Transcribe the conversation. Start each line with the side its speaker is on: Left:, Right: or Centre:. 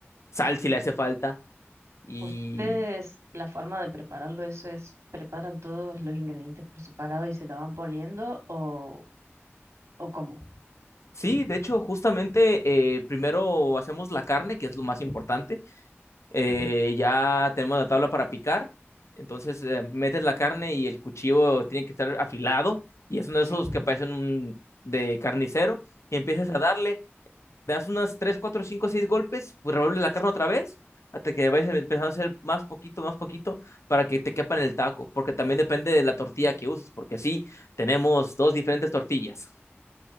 Left: sal si le hace falta. Y
Right: Ustedes, la forma de prepararlo, eso es, ¿preparan todos los ingredientes por separado y se lo van poniendo o, o cómo?
Left: sí, de hecho, justamente eh, primero hacemos la carne, que es lo más importante. Eh,
Right: Ujú.
Left: ya tenemos la tabla para picar. Entonces eh, metes la carne y el cuchillo tiene que estar afilado. Y es uno de
Right: Sí.
Left: esos que parecen un, de carnicero. Y empiezas a darle, das unas 3 4 5 6 golpes, pues revuelves la carne otra vez. Hasta que vayas empezando a hacer más poquito, más poquito, para que te quepa en el taco. Porque también depende de la tortilla que uses. Porque sí, tenemos dos diferentes tortillas